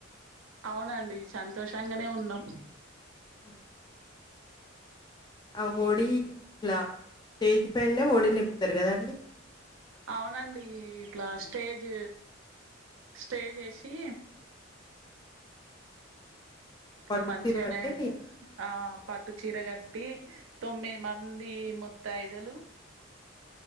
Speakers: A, on the right (about 75°); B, on the left (about 20°).
A: అవునండి సంతోషంగనే ఉన్నాం
B: హ్మ్. ఆ వడి ఇలా స్టేజ్ పైనే వడి నింపుతరు కదండి
A: అవునండి ఇట్లా స్టేజ్ స్టేజ్వేసి
B: పట్టు
A: ఈ మంచిగనే
B: చీర కట్టి
A: ఆ పట్టు చీర గట్టి తొమ్మిది మంది ముత్తైదులు